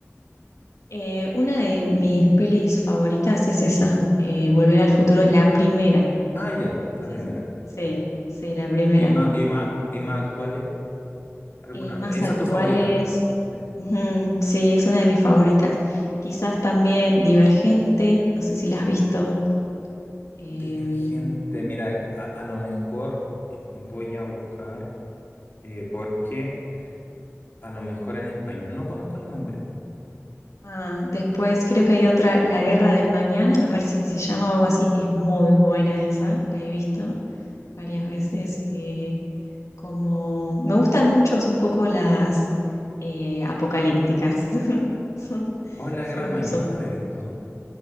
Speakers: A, on the left; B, on the left.
A: Eh, una de mis pelis favoritas es esa, eh, Volver al futuro, la primera,
B: Ah, ya,
A: quizás,
B: la primera.
A: sí, sí, la primera.
B: ¿Y más, y más, y más actuales? ¿Alguna?
A: Y más
B: ¿Esa
A: actuales,
B: es tu favorita? Sí.
A: ujú, sí, es una de mis favoritas. Quizás también Divergente, no sé si la has visto. em,
B: Divergente. Mira, a, a lo mejor voy a buscar eh, porque a lo mejor en español no conozco el nombre.
A: Ah, después creo que hay otra, La Guerra del Mañana, me parece que se llama o algo así. Es muy buena esa, la he visto varias veces. eh, como me gustan mucho un poco las eh, apocalípticas. <laughs> Son,
B: Oh, La
A: son,
B: Guerra del Mañana
A: son,
B: no la he visto.